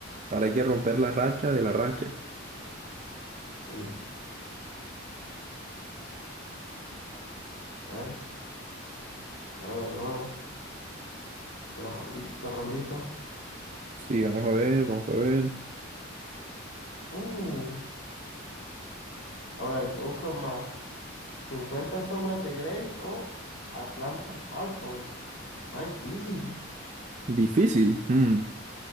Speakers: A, on the right; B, on the left.
A: ahora hay que romper la racha de la racha.
B: Sí. A ver. Ahora de nuevo. Otra rondita, otra rondita.
A: Sí, vamos a ver, vamos a ver.
B: Uh. A ver, ¿qué buscan más? Cincuenta sombras de Grey o Atlanta Falcons? Está difícil.
A: Difícil. Mm.